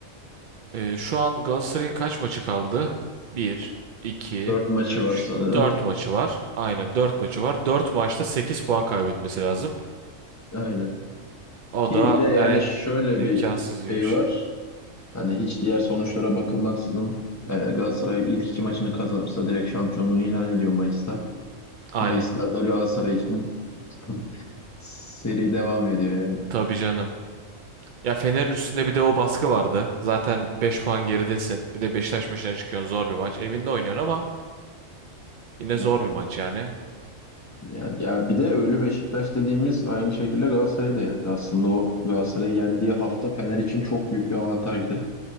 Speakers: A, on the right; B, on the left.
A: Ee, şu an Galatasaray'ın kaç maçı kaldı? Bir, 2,
B: Dört maçı
A: 3,
B: var sanırım.
A: 4 maçı var. Aynen 4 maçı var. 4 maçta 8 puan kaybetmesi lazım.
B: Aynen.
A: O
B: Ki
A: da
B: bir de yani
A: yani
B: şöyle
A: imkansız
B: bir
A: gibi
B: şey
A: bir şey.
B: var. Hani hiç diğer sonuçlara bakılmaksızın e, Galatasaray ilk iki maçını kazanırsa direkt şampiyonluğunu ilan ediyor Mayıs'ta.
A: Aynen.
B: Mayıs'ta da Galatasaray için <laughs> seri devam ediyor yani.
A: Tabii canım. Ya Fener'in üstünde bir de o baskı vardı. Zaten 5 puan geridesin. Bir de Beşiktaş maçına çıkıyorsun. Zor bir maç. Evinde oynuyorsun ama yine
B: Ya,
A: zor bir maç yani.
B: yani ya bir de ölü Beşiktaş dediğimiz aynı şekilde Galatasaray'ı da yendi. Aslında o Galatasaray'ı yendiği hafta Fener için çok büyük bir avantajdı.